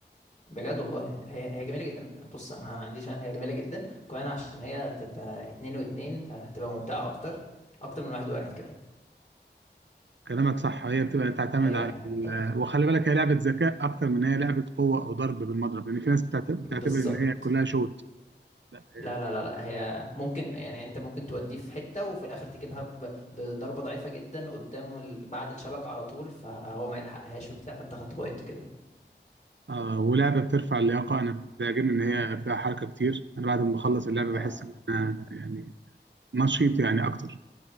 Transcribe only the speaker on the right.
كلامك صح هي بتبقى تعتمد
على ال...
وخلي بالك هي لعبه ذكاء اكتر من هي لعبه قوه او ضرب بالمضرب لان في ناس بتعت- بتعتبر
ان هي كلها شوت لا هي-
آه ولعبه بترفع اللياقه انا كنت بيعجبني ان هي فيها حركه كتير انا بعد ما بخلص اللعبه
بحس ان انا يعني نشيط يعني اكتر